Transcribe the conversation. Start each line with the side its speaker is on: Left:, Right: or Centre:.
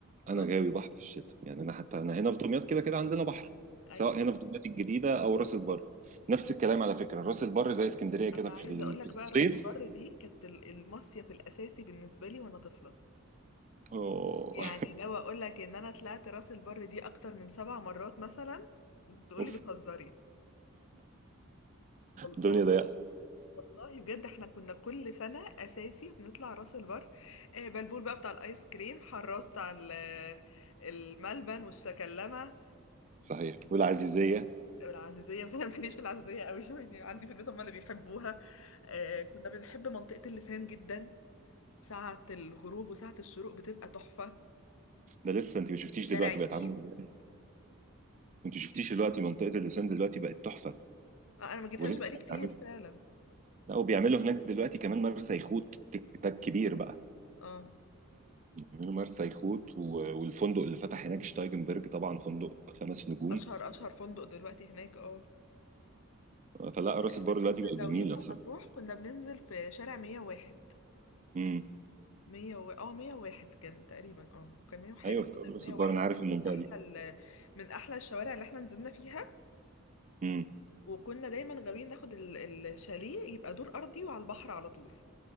Right: انا
Left: اه
Right: غاوي بحر في الشتاء يعني انا حتى انا هنا في دمياط كده كده عندنا بحر
Left: ايوه
Right: سواء هنا في دمياط الجديده او راس البر نفس الكلام على فكره راس البر زي اسكندريه كده
Left: انا
Right: في
Left: عايزة
Right: ال-
Left: اقول لك
Right: في الصيف
Left: بقى راس البر دي كانت ال- المصيف الاساسي بالنسبة لي وانا طفلة
Right: أوه.
Left: يعني لو اقول لك ان انا طلعت راس البر دي اكتر من سبع مرات مثلا تقولي
Right: اوف
Left: بتهزري وال-
Right: الدنيا
Left: والله
Right: ضيقه
Left: والله بجد احنا كنا كل سنة اساسي بنطلع راس البر آه، بلبول بقى بتاع الايس كريم حراس بتاع ال- الملبن والشكلمة
Right: صحيح والعزيزيه
Left: والعزيزية بس أنا ماليش في العزيزية قوي <laughs> يعني عندي في البيت هم اللي بيحبوها آه كنا بنحب منطقة اللسان جدا ساعة الغروب وساعة الشروق بتبقى تحفة
Right: ده لسه انت ما شفتيش
Left: شارع
Right: دلوقتي بقت
Left: النيل
Right: عامله ازاي انت ما شفتيش دلوقتي منطقه اللسان دلوقتي بقت تحفه
Left: آه أنا ما جيتهاش
Right: ولسه
Left: بقالي كتير
Right: بيعملوا
Left: فعلا
Right: لا وبيعملوا هناك دلوقتي كمان مرسى يخوت ده ده الكبير بقى
Left: اه
Right: بيعملوا مرسى يخوت و- والفندق اللي فتح هناك شتايجنبرج طبعا فندق خمس نجوم
Left: أشهر أشهر فندق دلوقتي هناك اه
Right: فلا راس
Left: احنا
Right: البر دلوقتي
Left: كنا
Right: بقت
Left: غاويين
Right: جميله
Left: لما
Right: بصراحه
Left: نروح كنا بننزل في شارع 101
Right: امم
Left: 100 و... اه 101 كان تقريبا اه كان 100 وحاجة
Right: ايوه
Left: بس
Right: في
Left: تقريباً
Right: راس
Left: 101
Right: البر انا عارف
Left: كان
Right: المنطقه
Left: أحلى
Right: دي
Left: ال... من أحلى الشوارع اللي احنا نزلنا فيها
Right: امم
Left: وكنا دايما غاويين ناخد ال- الشاليه يبقى دور ارضي وعلى البحر على طول